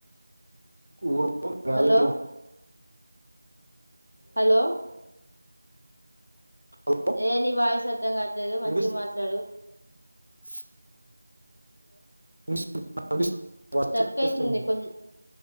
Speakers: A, on the right; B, on the left.
A: కువ ఒక వాల్యూ
B: హలో హలో
A: హలో
B: ఏ ని వాయిస్ అర్ధం కా లేదో మంచిగా
A: వినిపిస్తు-
B: మాట్లాడు
A: <inaudible> <inaudible> వాయిస్
B: స్ట్రక్
A: వినిపిస్తుంది
B: అయ్యింది కోన్